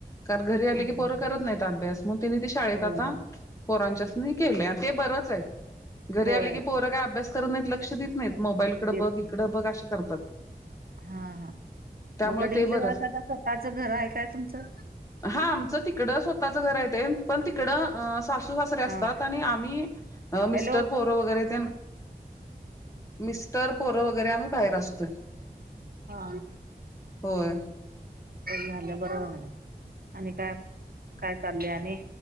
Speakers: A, on the left; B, on the right.
A: कारण घरी आले
B: हा.
A: की पोरं करत नाहीत अभ्यास मग तेनी ती शाळेत
B: होय
A: आता पोरांच्यासनी केलंय आण ते बरंच हाय घरी
B: होय
A: आली की पोर काय आ अभ्यास करत नाहीत लक्ष देत नाहीत मोबाईलकड
B: देत
A: बघ इकड
B: नाही.
A: बघ आशी करतात
B: हा हा
A: त्यामुळे
B: मग गडिंगलज
A: ते बरंच
B: <unintelligible> स्वतःच घर हाय काय तुमचं?
A: हा आमचं तिकडं स्वतःच घर हाय ते पण तिकडं सासु- सासरे असतात
B: हा
A: आणि आम्ही मिस्टर
B: हॅलो.
A: पोरो वगैरे ते- मिस्टर, पोरं वगैरे आम्ही, बाहेर असतोय.
B: हा,
A: होय,
B: झालं बरं, झालंय आणि काय, काय चाललं आणि,